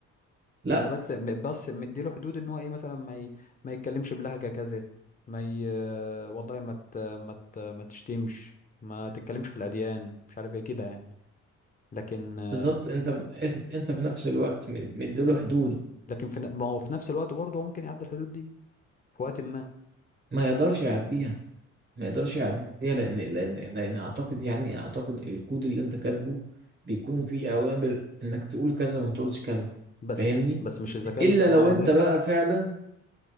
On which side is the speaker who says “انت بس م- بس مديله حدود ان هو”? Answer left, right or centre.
Left